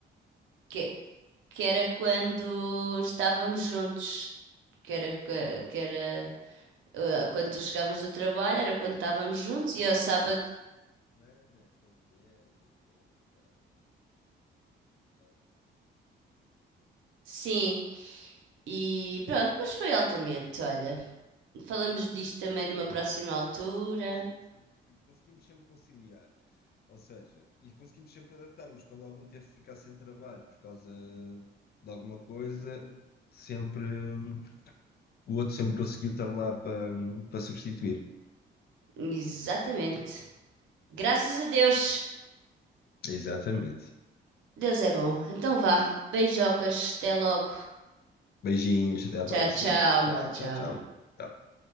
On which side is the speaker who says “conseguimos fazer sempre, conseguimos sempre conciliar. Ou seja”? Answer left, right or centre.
Left